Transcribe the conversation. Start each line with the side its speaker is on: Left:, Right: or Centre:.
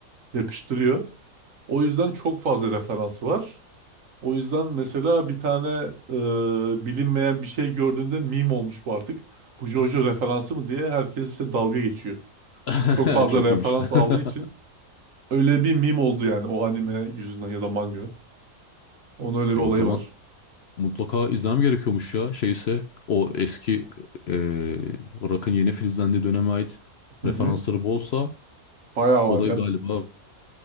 Right: yakıştırıyor. O yüzden çok fazla referansı var. O yüzden mesela bir tane e, bilinmeyen bir şey gördüğünde meme olmuş bu artık. Bu JoJo referansı mı diye herkes işte dalga geçiyor.
Left: <laughs>
Right: Çok fazla
Left: Çok
Right: referans
Left: iyiymiş.
Right: aldığı için
Left: <laughs>
Right: öyle bir meme oldu yani o anime yüzünden ya da manga. Onun öyle bir
Left: E
Right: olayı
Left: o zaman
Right: var.
Left: mutlaka izlemem gerekiyormuş ya. Şeyse o eski e, Rock'ın yeni filizlendiği döneme ait
Right: Hı
Left: referansları
Right: hı.
Left: bolsa
Right: Bayağı
Left: o
Right: var
Left: da galiba
Right: ya.